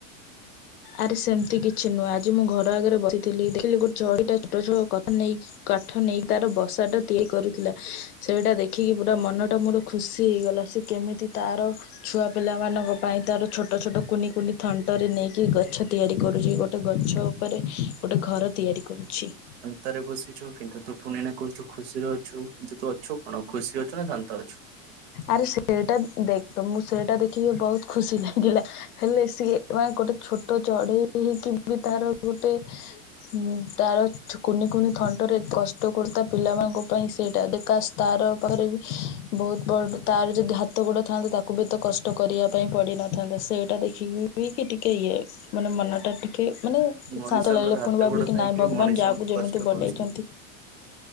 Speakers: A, on the left; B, on the right.
A: ଆରେ ସେମିତି କିଛି ନୁହେଁ ଆଜି ମୁଁ ଘର ଆଗରେ ବସି ଥିଲ ଦେଖିଲି ଗୋଟ ଚଢିଟା ଛୋଟ ଛୋଟ କଥା ନେଇକି କାଠ ନେଇକି ତାର ବସାଟା ତିଆରି କରୁଥିଲା ସେଇଟା ଦେଖିକି ପୁରା ମନଟା ମୋର ଖୁସି ହେଇଗଲା ସେ କେମିତି ତାର ଛୁଆ ପିଲାମାନାନଙ୍କ ପାଇଁ ତାର ଛୋଟ ଛୋଟ କୁନି କୁନି ଥଣ୍ଟରେ ନେଇକି ଗଛ ତିଆରି କରୁଛି ଗୋଟ୍ ଗୋଟେ ଗଛ ଉପରେ ଗୋଟେ ଘର ତିଆରି କରୁଛି।
B: ତରେ ବସିଛୁ କିନ୍ତୁ ତୁ ପୁଣି ନା କହୁଛୁ ଖୁସିରେ ଅଛୁ କିନ୍ତୁ ତୁ ଅଛୁ କଣ ଖୁସି ଅଛୁ ନା ଦାନ୍ତ ଅଛୁ?
A: ଆରେ ସେଟା ଦେଖ୍ ତ ମୁଁ ସେଟା ଦେଖିକି ବହୁତ୍ ଖୁସି ଲାଗିଲା। ହେଲେ ସିଏ ମାନେ ଗୋଟେ ଛୋଟ ଚଢେଇ ହେଇକି ବି ତାର ଗୋଟେ ହୁଁ ତାର କୁନି କୁନି ଥଣ୍ଟରେ କଷ୍ଟ କରୁଚି ତା ପିଲାମାନଙ୍କ ପାଇଁ ସେଇଟା ଦେକାଶ୍ ତାର ପାଖରେ ବି ବହୁତ ବଡ଼ ତାର ଯଦି ହାତ ଗୋଡ଼ ଥାଆନ୍ତା ତାକୁ ବି ଏତେ କଷ୍ଟ କରିବା ପାଇଁ ପଡ଼ିନଥାନ୍ତା ସେଇଟା ଦେଖିକି କେ ଟିକେ ଇଏ ମାନେ ମନ ଟା ଟି କି ମାନେ
B: ମଣିଷଙ୍କର
A: ଶାନ୍ତ ଲାଗିଲା
B: ହାତ
A: ପୁଣି ଭାବିଲିକି
B: ଗୋଡ ଥାଇକି
A: ନାଇଁ
B: ବି
A: ଭଗବାନ୍
B: ମଣିଷ
A: ଯାହାକୁ ଯେମିତି
B: କଷ୍ଟ
A: ବନେଇଛନ୍ତି।
B: କରୁଛନ୍ତି।